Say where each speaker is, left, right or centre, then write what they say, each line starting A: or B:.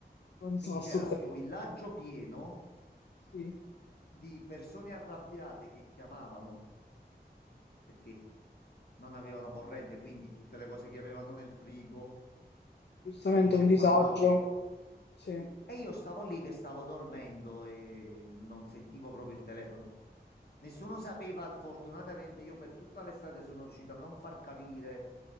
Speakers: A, on the left; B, on the left.
A: Un sasso
B: Quindi c'era
A: praticamente,
B: sto villaggio pieno
A: sì.
B: di persone arrabbiate che chiamavano perché non avevano corrente, quindi tutte le cose che avevano nel frigo,
A: Giustamente
B: le luci
A: un
B: e
A: disagio,
B: quant'altro.
A: sì.
B: E io stavo lì che stavo dormendo e non sentivo proprio il telefono. Nessuno sapeva, fortunatamente io per tutta l'estate sono riuscito a non far capire